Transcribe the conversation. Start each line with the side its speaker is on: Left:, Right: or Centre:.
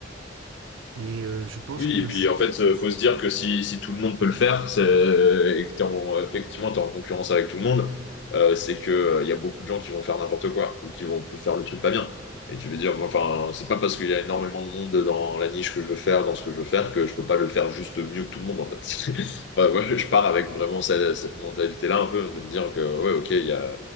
Right: Et euh, je pense
Left: Oui,
Right: que
Left: et puis en fait, euh, faut se dire que si, si tout le monde peut le faire, c'est- euh, et que t'es en, effectivement, tu es en concurrence avec tout le monde, euh, c'est que euh, y a beaucoup de gens qui vont faire n'importe quoi ou qui vont faire le truc pas bien. Et tu veux dire, moi, enfin, c'est pas parce qu'il y a énormément de monde dans la niche que je veux faire, dans ce que je veux faire, que je peux pas le faire juste mieux que tout le monde, en fait. <laughs> Enfin, ouais, je pars avec vraiment cette, cette mentalité-là, un peu, de me dire que, ouais, ok, il y a,